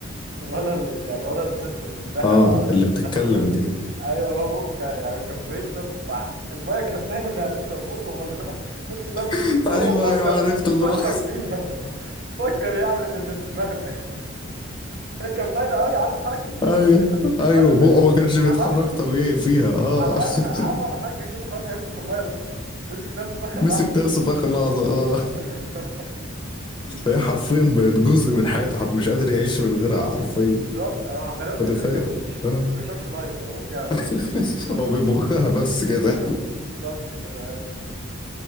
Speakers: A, on the right; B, on the left.
A: ورا ال يعني ورا الست المنتخبة
B: اه
A: أو
B: اللي بتتكلم
A: حد مهم
B: دي
A: أيوه هو بقه كان يعني كان بيشرب فالمية كان باين إنها لسه في بقه والله الناس كلها بتقول
B: <laughs> ايوه
A: هو فكر
B: ايوه عرفت الله
A: فكر فيها <laughs> فكر يعمل اللي في دماغنا <laughs> كان باين أوي عارف حركة
B: <laughs>
A: بقه
B: ايوه
A: اللي بيعملها
B: ايوه
A: قبل
B: بقه
A: ما ينفخ
B: ما كانش بيتحرك
A: عملها
B: طبيعي فيها اه
A: عملها عمل
B: <laughs>
A: حركة كأنه خلاص هينفخ المية بس مسك نفسه في آخر
B: مسك
A: لحظة
B: نفسه في اخر لحظه اه
A: <laughs>
B: فهي حرفيا بقت جزء من حياته حر- مش قادر يعيش من
A: بالظبط
B: غيرها حرفيا
A: بالظبط هو غالبا تريبل
B: متخيل
A: اتش ما بيشربش
B: اه
A: ما بيشربش ميه هو ممكن ما بيش-
B: <laughs>
A: بيتركه ميه
B: هو بيبخها
A: هو-
B: بس كده
A: <laughs> بالظبط كده